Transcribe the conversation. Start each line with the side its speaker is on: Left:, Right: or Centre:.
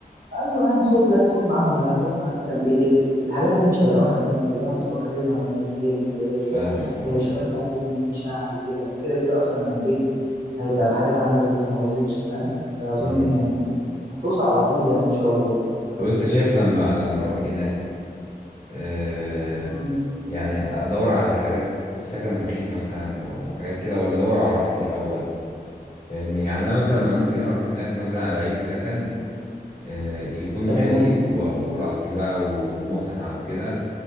Right: ايوه يعني خد لك خد معاهم بقى خد معاك مثلا ايه لب الحاجات اللي هي مش هيلاقوها هناك اللي هي مفتقدينها هناك لب آه،
Left: فاهمك اه
Right: آه، شويه حاجات إيه مثلا شعبي كده انت كده كده اصلا يعني ايه هيبقى الحاجات عندك لسه ما بظبطش فاهم فاظن
Left: امم
Right: يعني هتوصل على طول يعني ان شاء الله
Left: طب انت شايف لما لما اروح هناك آه
Right: مم.
Left: يعني ادور على حاجات سكن رخيص مثلا و- وحاجات كده ولا ادور على راحتي الاول فاهمني يعني انا مثلا ما انا ممكن اروح هناك مثلا الاقي لي سكن آه يكون
Right: تمام
Left: غالي و- وراحتي بقى ومتعة وكده